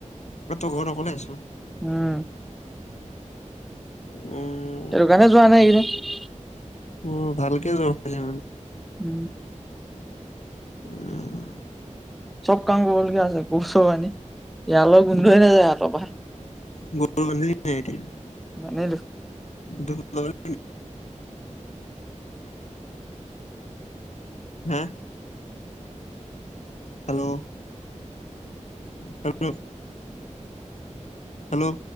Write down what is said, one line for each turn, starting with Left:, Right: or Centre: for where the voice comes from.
Left: অ', তই ঘৰত অকলে আছ?
Centre: উম
Left: উম।
Centre: সেইটো কাৰনে যোৱা নাই এইকেইদিন।
Left: উ, ভালকে জৰ <unintelligible> মানে।
Centre: উম।
Left: উম
Centre: চব কাম কৰিবলগীয়া হৈছে। গৰু-চৰু বান্ধি, এৰালৰ গোন্ধই নাযায় হাতৰ পৰা।
Left: <unintelligible>
Centre: মানিলোঁ।
Left: <unintelligible> হা? হেল্ল'। Hello, hello.